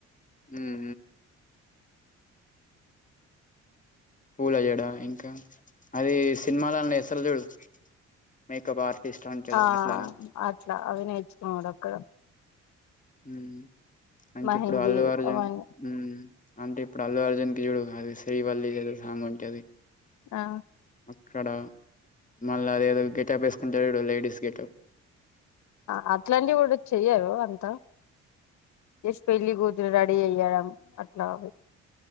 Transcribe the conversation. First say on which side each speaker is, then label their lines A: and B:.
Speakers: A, on the left; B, on the left.
A: ఉహు పూల జేడా ఇంకా అది సినిమాలల్ల ఏస్తారు చూడు మేకప్ ఆర్టిస్ట్ అంటరు
B: ఆ
A: అట్లనా
B: అట్లా అవి నేర్చుకోవాలి అక్కడ
A: హు అంటే
B: మెహందీ
A: ఇప్పుడు అల్లు అర్జున్
B: అవన్నీ
A: హ్మ్ అంటే ఇప్పుడు అల్లు అర్జున్ కి చూడు అది శ్రీవల్లి ఏదో సాంగ్ ఉన్టది
B: ఆ
A: అక్కడ మళ్ళా అదేదో గెటప్ యేసుకుంటడు చూడు లేడీస్ గెటప్
B: అ అట్లాంటివి కూడా చెయ్యరు అంత జస్ట్ పెళ్ళి కూ రెడీ చెయ్యడం అట్లా అవి